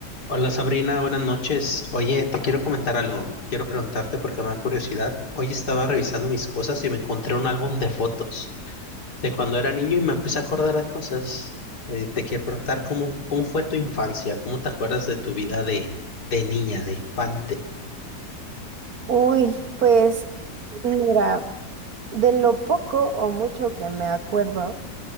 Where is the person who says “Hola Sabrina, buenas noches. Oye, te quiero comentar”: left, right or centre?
Left